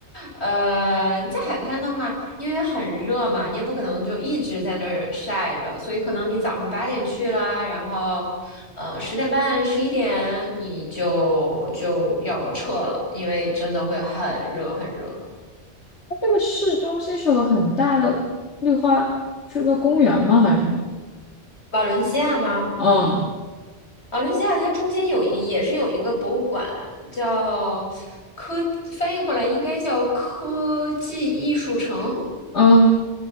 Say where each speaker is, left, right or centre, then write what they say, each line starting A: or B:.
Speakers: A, on the left (about 70°); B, on the left (about 90°).
A: 呃，在海滩的话，因为很热嘛，你也不可能就一直在那儿晒着，所以可能你早上八点去啦，然后呃十点半、十一点你就就要撤了，因为真的会很热很热。
B: 它这个市中心是有个很大的绿化，是个公园吗？还是什么？
A: 瓦伦西亚吗？
B: 嗯
A: 啊，伦西亚它中间有一也是有一个博物馆，叫科，翻译过来应该叫科技艺术城。
B: 嗯